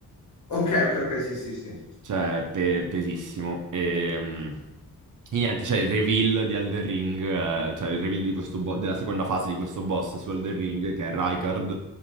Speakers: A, on the left; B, on the right.
A: Ok, ok, ok, sì, sì, sì.
B: Cioè, pe- pesissimo. E, mm, e niente, cioè il reveal di Elden Ring, eh, cioè il reveal di questo bo- della seconda fase di questo boss su Elden Ring, che è Rykard,